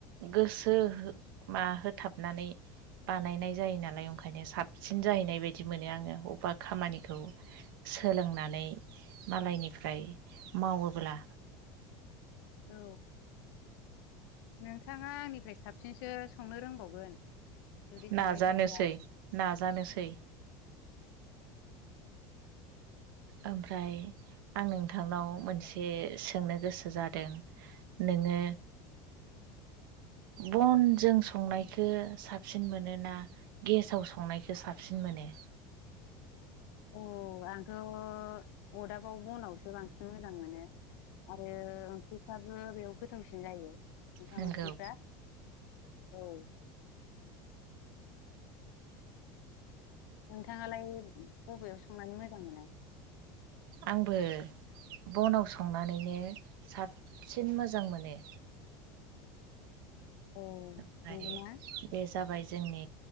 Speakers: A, on the right; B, on the left.
A: गोसो मा होथाबनानै बानायनाय जायो नालाय ओंखायनो साबसिन जाहैनाय बायदि मोनो आङो बबेबा खामानिखौ सोलोंनानै मालायनिफ्राय मावोब्ला
B: औ नोंथाङा आंनिफ्राय साबसिनसो संनो रोंबावगोन जुदि
A: नाजानोसै
B: संबाय थायोबा
A: नाजानोसै ओमफ्राय आं नोंथांनाव मोनसे सोंनो गोसो जादों बिदिनो बनजों संनायखौ साबसिन मोनोना गेसाव स संनायखौ साबसिन मोनो।
B: औ आंथ' अरदाबाव बनावसो बांसिन मोजां मोनो। आरो ओंख्रिफ्राबो बेयाव गोथावसिन जायो। ओंखाम
A: नोंगौ
B: ओंख्रिफ्रा औ। नोंथाङालाय बबेयाव संनानै मोजां मोना?
A: आंबो बनाव संनानैनो साबसिन मोजां मोनो।
B: औ
A: ओमफ्राय
B: नंगौना
A: बे - जाबाय जोंनि